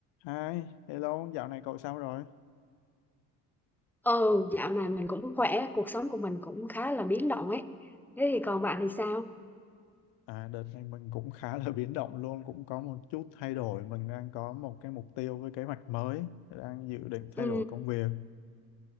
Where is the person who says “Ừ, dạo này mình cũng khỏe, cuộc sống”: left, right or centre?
Centre